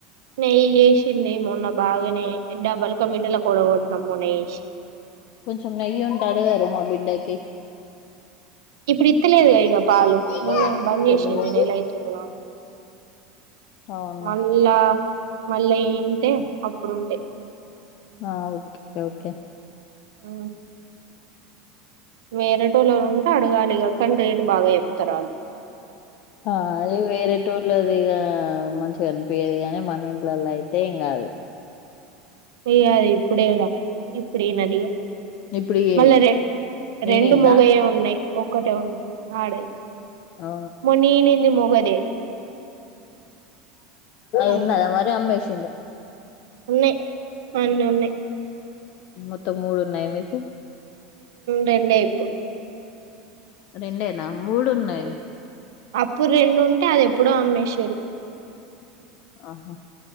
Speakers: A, on the right (about 85°); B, on the left (about 55°).
A: నెయ్యి ఏసింది మొన్న బాగానే డబల్ క మీటల కూడ కొట్న మొన్నేసి
B: కొంచెం నెయ్యి ఉంట అడగారు మా బిడ్డకి
A: ఇప్పుడు ఇత్తలేదుగా ఇక
B: ఇస్తలేదా
A: పాలు మొన్న బంద్ చేసింది నెలవుతుంది
B: అవునా
A: మళ్ళా మళ్ళా ఏంటే అప్పుడుంటా
B: ఆ ఓకే ఓకే
A: ఊ వేరేటోళ్లో ఉంటే అడగాలిగాకని రేటు బాగా చెప్తారు అ
B: ఆ అది వేరే టూర్ళదిగా మంచిగా కనిపయేది గాని మ నీంలల అయితే ఇం కా అదు
A: పోయ్యదు ఇప్పుడే ఇప్పుడ నదిగా
B: ఇప్పుడు ఈ
A: మళ్ళా రె రెండు
B: ఈనిందా
A: మొగయే ఉన్నాయి్ ఒక్కటే ఉం ఆడది
B: అ
A: మొన్న ఈనింది మొగదే ఉమ్
B: ఆన్నదా మరి అమ్మేష
A: ఉన్నాయి అన్న ఉన్నాయి
B: మొత్తం మూడు ఉన్నాయి మీకు
A: రెండయిపు
B: రెండేనా మూడు ఉన్నాయి
A: ఉమ్. అప్పుడు రెండు ఉంటే అది ఎప్పుడో అమ్మేసారు
B: ఆహా